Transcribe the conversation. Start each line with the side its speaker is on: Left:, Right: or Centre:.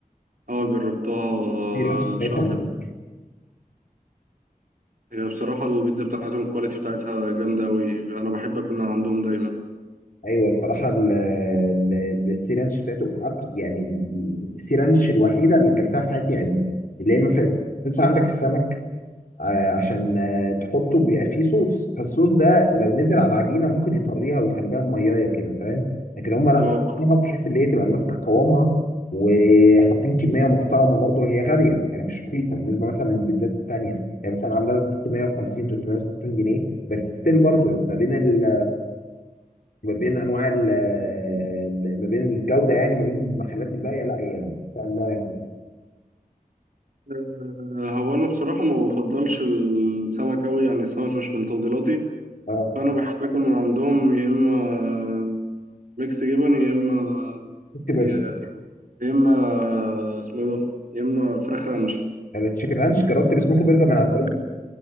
Right: اه جربتها آه،
Left: السي رانش
Right: الشهر
Left: بتاعتها موت.
Right: هي بصراحه البيتزا بتاعتهم الكواليتي بتاعتها جامده قوي انا بحب اكون عندهم دايما
Left: ايوه الصراحه ال- ال- السي رانش بتاعته أك- يعني السي رانش الوحيده اللي اكلتها في حياتي عدة اللي هي ما فيهاش انت عندك السمك آه، عشان آه، تحطه بيبقى فيه صوص فالصوص ده لو نزل على العجينه ممكن يطريها ويخليها ميايه كده فاهم لكن هم لا
Right: اه
Left: ظبطناها بحيث ان هي تبقى ماسكه قوامها وحاطين كميه محترمه برضه هي غاليه يعني مش رخيصه بالنسبه مثلا للبيتزات التانيه يعني مثلا عامله لك 350 360 جنيه بس ستيل برضه ما بين ال... ما بين انواع ال... ال- ما بين الجوده يعني ما بين المحلات الباقيه لا هي ان شاء الله يعني
Right: آه، هو انا بصراحه ما بفضلش السمك قوي يعني السمك مش من تفضيلاتي
Left: اه
Right: فانا بحب اكل من عندهم يا اما ميكس جبن يا اما
Left: سموكي
Right: سي...
Left: برجر
Right: يا اما آه، اسمه إيه ده يا اما فراخ رانش
Left: التشيكن رانش جربت السموكي برجر من عندهم؟